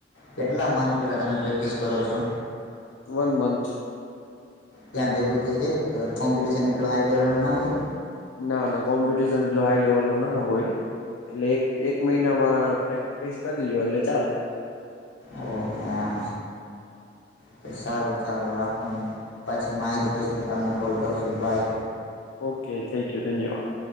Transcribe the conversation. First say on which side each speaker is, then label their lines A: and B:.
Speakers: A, on the left (about 70°); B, on the left (about 85°).
A: કેટલા મંથ પેલા તમે પ્રેક્ટિસ કરો છો?
B: One month.
A: ત્યાં ભેગું થઈ જાય અ કોમ્પિટશન એટલું હાઈ લેવલ નું ના હોય?
B: ના ના કોમ્પિટશન એટલુ હાઈ લેવલ નું ના હોય એટલે એક એક મહિનામાં પ્રેક્ટિસ કરી લ્યો એટલે ચાલે.
A: ઓ આમ છે સારું સારું રાખું. પછી માહિતી જોશે તો તમને કોલ કરશું બાય.
B: ઓકે થેન્ક યુ ધન્યવાદ.